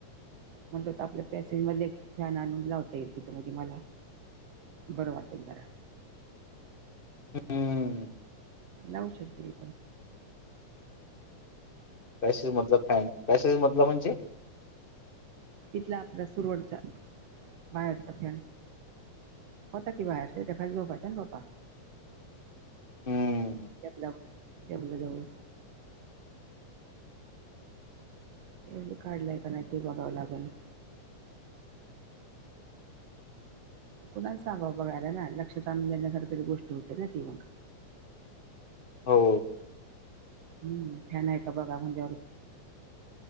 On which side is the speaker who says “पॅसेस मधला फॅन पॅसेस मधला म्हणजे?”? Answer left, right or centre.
Left